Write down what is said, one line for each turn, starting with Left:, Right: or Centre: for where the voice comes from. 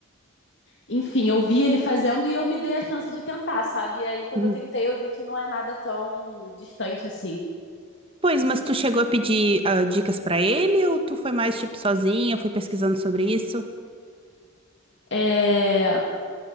Left: enfim, eu vi ele fazendo e eu me dei a chance de tentar, sabe? E aí, quando
Right: Uhum.
Left: eu tentei, eu vi que não é nada tão distante assim.
Right: Pois, mas tu chegou a pedir ah, dicas pra ele ou tu foi mais tipo sozinha, foi pesquisando sobre isso?
Left: É,